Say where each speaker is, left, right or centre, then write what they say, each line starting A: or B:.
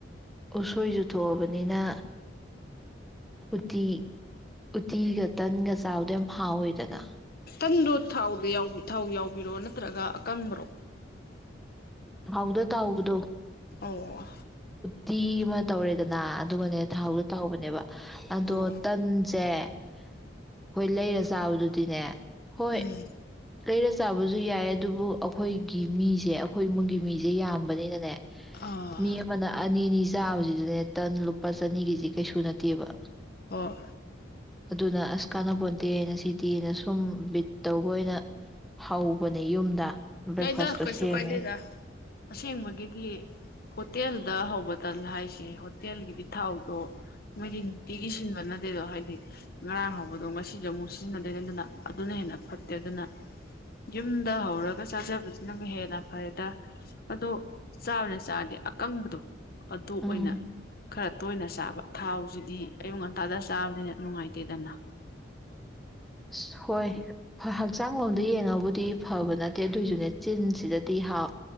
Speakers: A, in the centre; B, on the left.
A: ꯎꯁꯣꯏ ꯖꯨ ꯊꯣꯛꯑꯕꯅꯤꯅ ꯎꯇꯤ ꯎꯇꯤꯒ ꯇꯟꯒ ꯆꯥꯕꯗ ꯌꯥꯝ ꯍꯥꯎꯋꯦꯗꯅ꯫
B: ꯇꯟꯗꯣ ꯊꯥꯎꯗ ꯊꯥꯎ ꯌꯥꯎꯕꯤꯔꯣ ꯅꯠꯇ꯭ꯔꯒ ꯑꯀꯪꯕꯔꯣ?
A: ꯊꯥꯎꯗ ꯇꯥꯎꯕꯗꯣ꯫
B: ꯑꯧ
A: ꯇꯤ ꯑꯃ ꯇꯧꯔꯦꯗꯅ ꯑꯗꯨꯒꯅꯦ ꯊꯥꯎꯗꯣ ꯇꯥꯎꯕꯅꯦꯕ ꯑꯗꯣ
B: ꯑꯣ
A: ꯇꯟꯁ ꯁꯦ ꯑꯩꯈꯣꯏ ꯂꯩꯔ ꯆꯥꯕꯗꯨꯗꯤꯅꯦ ꯍꯣꯏ
B: ꯎꯝ꯫
A: ꯂꯩꯔ ꯆꯥꯕꯁꯨ ꯌꯥꯏ ꯑꯗꯨꯕꯨ ꯑꯩꯈꯣꯏ ꯒꯤ ꯃꯤꯁꯦ ꯑꯩꯈꯣꯏ ꯏꯃꯨꯡꯒꯤ ꯃꯤꯁꯦ ꯌꯥꯝꯕꯅꯤꯅꯅꯦ
B: ꯑꯥ
A: ꯃꯤ ꯑꯃꯅ ꯑꯅꯤ - ꯑꯅꯤ ꯆꯥꯕꯁꯤꯗꯅꯦ ꯇꯟ ꯂꯨꯄꯥ ꯆꯅꯤꯒꯤꯁꯤ ꯀꯩꯁꯨ ꯅꯠꯇꯦꯕ꯫
B: ꯍꯣꯏ꯫
A: ꯑꯗꯨꯅ ꯑꯁ ꯀꯥꯟꯅ ꯄꯣꯟꯇꯦꯅꯥ ꯁꯤꯗꯤ ꯑꯩꯅ ꯁꯨꯝ ꯕꯤꯠ ꯇꯧꯕ ꯑꯣꯏꯅ ꯍꯧꯕꯅꯦ ꯌꯨꯝꯗ꯫ ꯕ꯭ꯔꯦꯛꯐꯥꯁꯇꯣ
B: ꯌꯥꯏꯗ ꯀꯩꯁꯨ
A: ꯁꯦꯝꯃꯦ
B: ꯀꯥꯏꯗꯦꯗ ꯑꯁꯦꯡꯕꯒꯤꯗꯤ ꯍꯣꯇꯦꯜ ꯗ ꯍꯧꯕ ꯇꯜ ꯍꯥꯏꯁꯤ ꯍꯣꯇꯦꯜꯒꯤꯗꯤ ꯊꯥꯎꯗꯣ ꯃꯣꯏꯗꯤ ꯅꯨꯡꯇꯤꯒꯤ ꯁꯤꯟꯕ ꯅꯠꯇꯦꯗꯣ ꯍꯥꯏꯗꯤ ꯉꯔꯥꯡ ꯍꯧꯕꯗꯣ ꯉꯁꯤꯁꯨ ꯑꯃꯨꯛ ꯁꯤꯖꯤꯟꯅꯗꯣꯏꯅꯦ ꯑꯗꯨꯅ ꯑꯗꯨꯅ ꯍꯦꯟꯅ ꯐꯠꯇꯦ ꯑꯗꯨꯅ ꯌꯨꯝꯗ ꯍꯧꯔꯒ ꯆꯥꯖꯕꯁꯤꯅꯕꯨ ꯍꯦꯟꯅ ꯐꯔꯦꯗ ꯑꯗꯣ ꯆꯥꯕꯅꯦ ꯆꯥꯔꯗꯤ ꯑꯀꯪꯕꯗꯣ ꯑꯗꯨ
A: ꯎꯝ
B: ꯑꯣꯏꯅ ꯈꯔ ꯇꯣꯏꯅ ꯆꯥꯕ ꯊꯥꯎꯁꯤꯗꯤ ꯑꯌꯨꯛ ꯉꯟꯇꯥꯗ ꯆꯥꯕꯅꯤꯅ ꯅꯨꯡꯉꯥꯏꯇꯦꯗꯅ
A: ꯑꯁ ꯍꯣꯏ ꯍꯛꯆꯥꯡ ꯂꯣꯝꯗ ꯌꯦꯡꯉꯕꯨꯗꯤ ꯐꯕ ꯅꯠꯇꯦ ꯑꯗꯨꯏꯁꯨꯅꯦ ꯆꯤꯟꯁꯤꯗꯗꯤ ꯍꯥꯎ